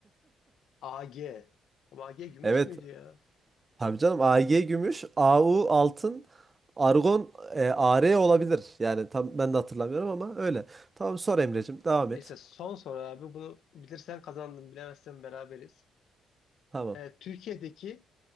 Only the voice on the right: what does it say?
Evet.
Tabii canım Ag gümüş, Au altın, Argon e, AR olabilir. Yani tam ben de hatırlamıyorum ama öyle. Tamam sor Emre'cim devam
et.
Tamam.